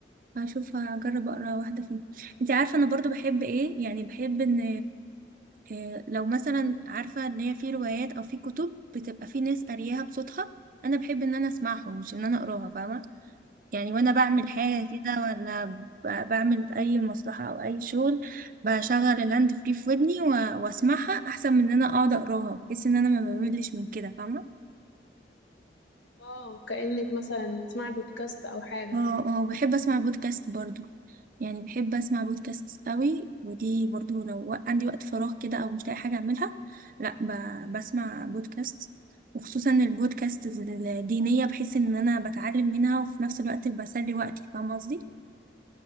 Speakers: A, on the right; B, on the left.
A: هشوف هجرب اقرا واحده فيهم انت عارفه انا برضو بحب ايه يعني بحب ان آه، لو مثلا عارفه ان هي في روايات او في كتب بتبقى في ناس قارياها بصوتها انا بحب ان انا اسمعهم مش ان انا اقراها فاهمه يعني وانا بعمل حاجه كده ولا ب- بعمل اي مصلحه او اي شغل بشغل الهاند فري في ودني و- واسمعها احسن من ان انا اقعد اقراها بحيث ان انا ما بملش من كده فاهمه
B: اه كأنك مثلا بتسمعي بودكاست او حاجه
A: اه اه بحب اسمع بودكاست برضو يعني بحب اسمع بودكاست قوي ودي برضو لو وق- عندي وقت فراغ كده او مش لاقي حاجه اعملها لا ب... بسمع بودكاست وخصوصا البودكاست الدينيه بحس ان انا بتعلم منها وفي نفس الوقت بسلي وقتي فاهمه قصدي